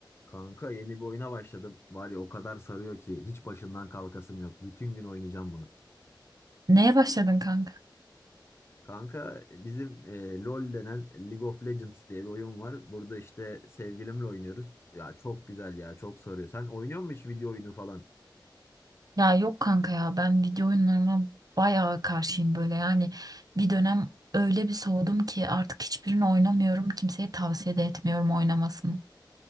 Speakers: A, on the left; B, on the right.
A: Kanka yeni bir oyuna başladım. Var ya o kadar sarıyor ki hiç başından kalkasım yok. Bütün gün oynayacağım bunu.
B: Neye başladın kanka?
A: Kanka bizim e, LoL denen League of Legends diye bir oyun var. Burada işte sevgilimle oynuyoruz. Ya çok güzel ya çok sarıyor. Sen oynuyor musun hiç video oyunu falan?
B: Ya yok kanka ya ben video oyunlarına bayağı karşıyım böyle yani bir dönem öyle bir soğudum ki artık hiçbirini oynamıyorum kimseye tavsiye de etmiyorum oynamasını.